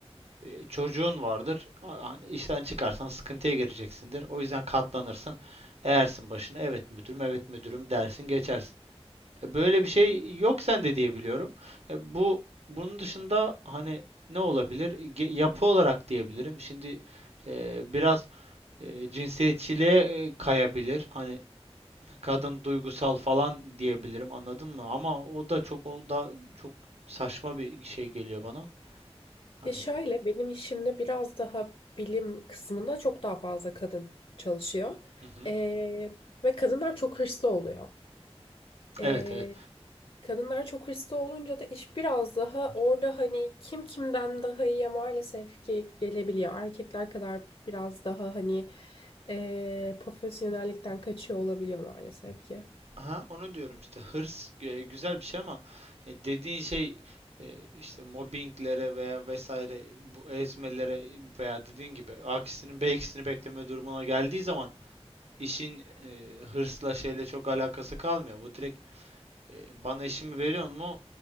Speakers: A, on the right; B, on the left.
A: Ee, çocuğun vardır. Hani işten çıkarsan sıkıntıya gireceksindir. O yüzden katlanırsın. Eğersin başına evet müdürüm evet müdürüm dersin geçersin. E, Böyle bir şey yok sende diye biliyorum. E, bu bunun dışında hani ne olabilir? Ge- yapı olarak diyebilirim. Şimdi e, biraz e, cinsiyetçiliğe e, kayabilir. Hani kadın duygusal falan diyebilirim. Anladın mı? Ama o da çok o da çok saçma bir şey geliyor bana. Hani
B: Ya şöyle benim işimde biraz daha bilim kısmında çok daha fazla kadın çalışıyor.
A: hı hı.
B: Ee, ve kadınlar çok hırslı oluyor. Ee,
A: Evet, evet.
B: kadınlar çok hırslı olunca da iş biraz daha orada hani kim kimden daha iyiye maalesef ki gelebiliyor. Erkekler kadar biraz daha hani ee, profesyonellikten kaçıyor olabiliyor maalesef ki.
A: Aha, onu diyorum işte hırs e, güzel bir şey ama e, dediğin şey e, işte mobbinglere veya vesaire bu ezmelere veya dediğin gibi A'kisinin B'kisini bekleme durumuna geldiği zaman işin e, hırsla şeyle çok alakası kalmıyor. Bu direkt e, bana işimi veriyor mu